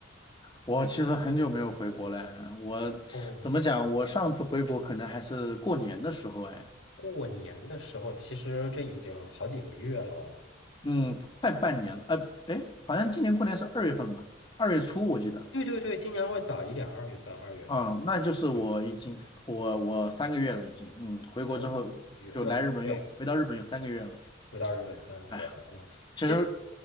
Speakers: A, on the left; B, on the left.
A: 我其实很久没有回国了。我怎么讲？
B: 哦，
A: 我上次回国可能还是过年的时候，哎，
B: 过年的时候，其实这已经好几个月了。
A: 嗯，快半年了。呃，哎，好像今年过年是二月份吧？二月初我记得。
B: 对对对，今年会早一点，二月份，二月份，
A: 嗯，那就是我已经我我三个月了，
B: 对，
A: 已经。嗯，回国之后就来日本又回到日本有三个月了。
B: 三月，对对对回到日本三个月了。
A: 哎呀，
B: 嗯，
A: 其实
B: 其实